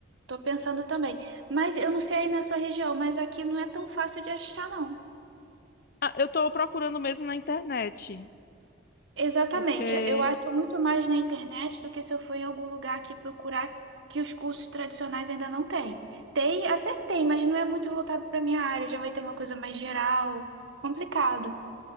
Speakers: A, on the right; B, on the left.
A: Tô pensando também. Mas eu não sei aí na sua região, mas aqui não é tão fácil de achar, não.
B: Ah, eu estou procurando mesmo na internet,
A: Exatamente.
B: porque
A: Eu acho muito mais na internet do que se eu for em algum lugar aqui procurar que os cursos tradicionais ainda não têm. Tem, até tem, mas não é muito voltado para minha área. Já vai ter uma coisa mais geral. Complicado.